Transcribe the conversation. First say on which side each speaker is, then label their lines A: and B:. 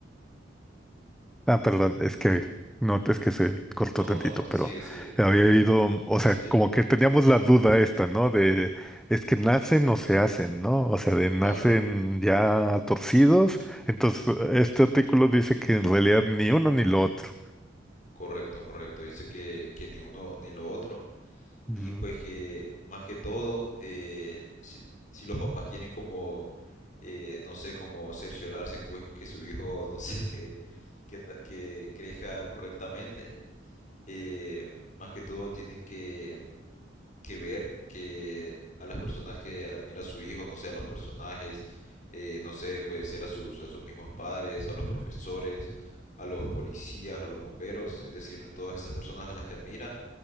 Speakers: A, in the centre; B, on the left (about 40°).
A: Ah, perdón, es que no, es que se cortó
B: No, no,
A: tantito,
B: no, no, sigue,
A: pero
B: sigue.
A: había ido, o sea,
B: Sí,
A: como que teníamos la duda esta, ¿no? De, es que nacen o se hacen, ¿no? O sea, de nacen
B: claro.
A: ya torcidos. Entonces, este artículo dice que en realidad ni uno ni lo otro.
B: Correcto, correcto. Dice que, que ni uno ni lo otro.
A: Mm.
B: Y pues que más que todo, eh, si, si los papás quieren como, eh, no sé, como cerciorarse, pues que su hijo, <laughs> no sé, que, que, que crezca correctamente, eh, más que todo tienen que, que ver que a las personas que admira a su hijo, no sé, a los personajes, eh, no sé, puede ser a sus, a sus mismos padres, a los profesores, a los policías, a los bomberos, es decir, todas esas personas a las que admira,